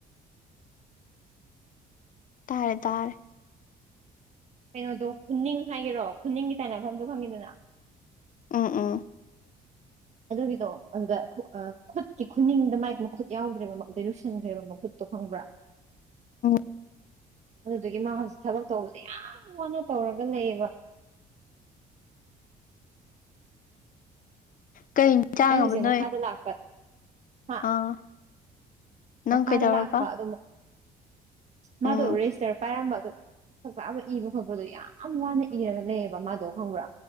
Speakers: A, on the left; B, on the right.
A: ꯇꯥꯔꯦ ꯇꯥꯔꯦ
B: ꯀꯩꯅꯣꯗꯣ ꯈꯨꯅꯤꯡ ꯍꯥꯏꯒꯦꯔꯣ ꯈꯨꯅꯤꯡꯒꯤ ꯇꯥꯏꯅꯐꯝꯗꯣ ꯐꯪꯉꯤꯗꯅ
A: ꯎꯝ ꯎꯝ
B: ꯑꯗꯨꯒꯤꯗꯣ ꯑꯗꯨꯗ ꯈꯨꯠꯀꯤ ꯈꯨꯅꯤꯡꯗ ꯃꯥꯏ ꯃꯈꯨꯠ ꯌꯥꯎꯗ꯭ꯔꯦꯕ ꯑꯗꯨꯗꯩ ꯂꯨꯁꯟꯈ꯭ꯔꯦꯕ ꯃꯈꯨꯠꯇꯣ ꯈꯪꯕ꯭ꯔꯥ
A: ꯑꯣ
B: ꯑꯗꯨꯗꯒꯤ ꯃꯥ ꯍꯧꯖꯤꯛ ꯊꯕꯛ ꯇꯧꯕꯗ ꯌꯥꯝ ꯋꯥꯅ ꯇꯧꯔꯒ ꯂꯩꯌꯦꯕ <unintelligible>
A: ꯀꯩ ꯏꯟꯖꯥꯡꯑꯕ
B: ꯑꯩ ꯍꯧꯖꯤꯛ
A: ꯅꯣꯏ
B: ꯃꯈꯥꯗ ꯂꯥꯛꯄ ꯍꯥ
A: ꯑꯥ ꯅꯪ
B: ꯃꯈꯥꯗ
A: ꯀꯩꯗꯧꯔꯕ
B: ꯂꯥꯛꯄ ꯑꯗꯨꯝ ꯃꯥꯗꯣ
A: ꯎꯝ
B: ꯔꯦꯖꯤꯁꯇꯔ ꯄꯥꯏꯔꯝꯕꯒ ꯑꯗꯨ ꯆꯥꯛ ꯆꯥꯕ ꯏꯕ ꯈꯣꯠꯄꯗꯣ ꯌꯥꯝ ꯋꯥꯅ ꯏꯔꯒ ꯂꯩꯌꯦꯕ ꯃꯥꯗꯣ ꯈꯪꯕ꯭ꯔꯥ